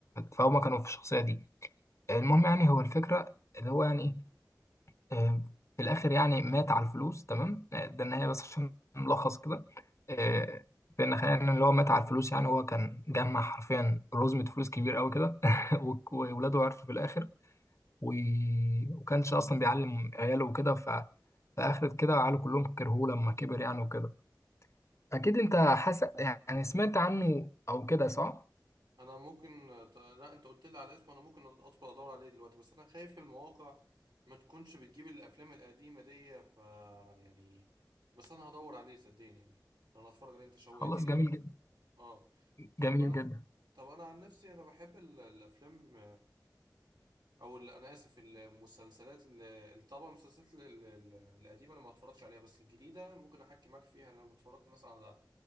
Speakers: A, on the left; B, on the right.
A: فهما كانوا في الشخصية دي المهم يعني هو الفكرة اللي هو يعني إيه آه، في الآخر يعني مات على الفلوس تمام آه، ده النهاية بس عشان ملخص كده آه، بأن خلينا اللي هو مات على الفلوس يعني هو كان جمع حرفيا رزمة فلوس كبير قوي كده <laughs> وك- وولاده عرفوا في الآخر و... وكانش اصلا بيعلم عياله وكده ف فاخرت كده عياله كلهم كرهوه لما كبر يعني وكده اكيد انت حاسس يعني سمعت عنه او كده صح
B: انا ممكن ط- لا انت قلت لي على اسمه انا ممكن ادخل ادور عليه دلوقتي بس انا خايف المواقع ما تكونش بتجيب الافلام القديمه دي ف يعني بس انا هدور عليه صدقني يعني انا اتفرج عليه انت شوقتني
A: خلاص جميل
B: يعني انت
A: جدا
B: اه طب
A: جميل
B: انا
A: جدا
B: طب انا عن نفسي انا بحب ال- الافلام او اللي انا اسف المسلسلات اللي اللي طبعا المسلسلات ال- ال- ال- القديمه انا ما اتفرجتش عليها بس الجديده ممكن احكي معاك فيها انا اتفرجت مثلا على